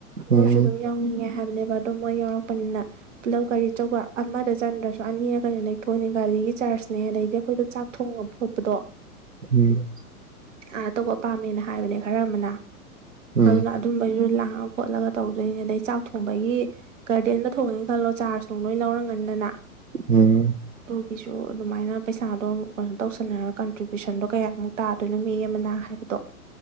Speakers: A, on the right (about 85°); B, on the right (about 55°).
A: ꯎꯝ
B: ꯃꯣꯏꯁꯨ ꯑꯗꯨꯝ ꯌꯥꯎꯅꯤꯡꯉꯦ ꯍꯥꯏꯕꯅꯦꯕ ꯑꯣ ꯃꯣꯏ ꯌꯥꯎꯔꯛꯄꯅꯤꯅ ꯄꯨꯂꯞ ꯒꯥꯔꯤ ꯑꯆꯧꯕ ꯑꯃꯗ ꯆꯟꯗ꯭ꯔꯁꯨ ꯑꯅꯤꯔ ꯀꯩꯅꯣ ꯅꯦꯛꯊꯣꯛꯑꯅꯦ ꯒꯥꯔꯤꯒꯤ ꯆꯥꯔꯖꯅꯦ ꯑꯗꯩꯗꯤ ꯑꯩꯈꯣꯏꯗ ꯆꯥꯛ ꯊꯣꯡꯕ ꯈꯣꯠꯄꯗꯣ
A: ꯎꯝ
B: ꯑꯥꯟꯅ ꯇꯧꯕ ꯄꯥꯝꯃꯦꯅ ꯍꯥꯏꯕꯅꯦ ꯈꯔ ꯑꯃꯅ
A: ꯎꯝ
B: ꯑꯗꯨꯅ ꯑꯗꯨꯝꯕꯩꯁꯨ ꯂꯥꯛ ꯈꯣꯠꯂꯒ ꯇꯧꯗꯣꯏꯅꯦ ꯑꯗꯩ ꯆꯥꯛ ꯊꯣꯡꯕꯒꯤ ꯒꯥꯔꯗꯦꯟꯗ ꯊꯣꯡꯉꯦꯅ ꯈꯜꯂꯣ ꯆꯥꯔ ꯇꯨꯡꯂꯣꯏ ꯂꯧꯔ ꯉꯟꯗꯅ
A: ꯎꯝ
B: ꯁꯤꯁꯨ ꯑꯗꯨꯃꯥꯏꯅ ꯄꯩꯁꯥꯗꯣ ꯀꯩꯅꯣ ꯇꯧꯁꯟꯅꯔꯒ ꯀꯟꯇ꯭ꯔꯤꯕ꯭ꯌꯨꯁꯟꯗꯣ ꯀꯌꯥꯃꯨꯛ ꯇꯥꯗꯣꯏꯅꯣ ꯃꯤ ꯑꯃꯅ ꯍꯥꯏꯕꯗꯣ